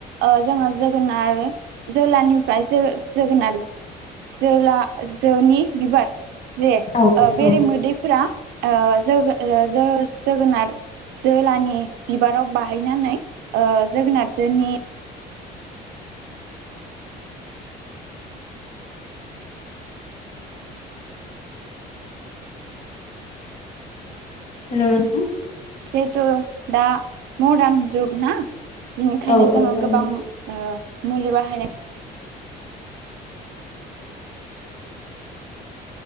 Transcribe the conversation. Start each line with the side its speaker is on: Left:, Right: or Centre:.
Right: ओ जोङो जोगोनार जोलानिफ्राय जो जोगोनार जोला जोनि बिबार जे ओ
Left: औ
Right: बेरेमोदैफोरा
Left: औ
Right: ओ जोगो जोगो ओ जोगोनार जोलानि बिबाराव बाहैनानै जोगोनार जों नि
Left: हेलौ।
Right: जिहेथु दा मडार्न जुग ना बिनिखायनो
Left: औ
Right: जोङो
Left: औ थारैनो
Right: गोबां। ओ मुलि बाहायनाय